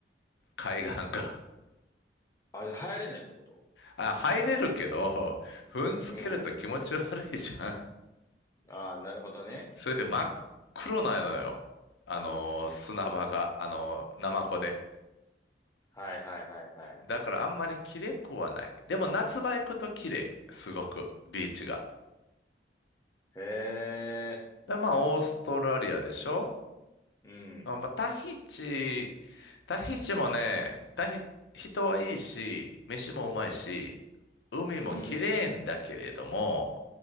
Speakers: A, on the left; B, on the left.
A: 海岸が。<laughs>
B: あ、じゃあ流行れないってこと
A: あ、入れるけど、踏んづけると気持ち悪いじゃん。
B: うん。ああ、なるほどね。
A: それで真っ黒なのよ、あの、砂場が、あの、ナマコで。
B: はいはいはいはい。
A: だからあんまり綺麗くはない。でも夏場行くと綺麗、すごく、ビーチが。
B: へえ、
A: で、まあ、オーストラリアでしょ
B: うん、
A: あ、まあ、タヒチ、タヒチもね、タヒ、人はいいし、飯もうまいし、海も綺麗んだけれども、
B: うん、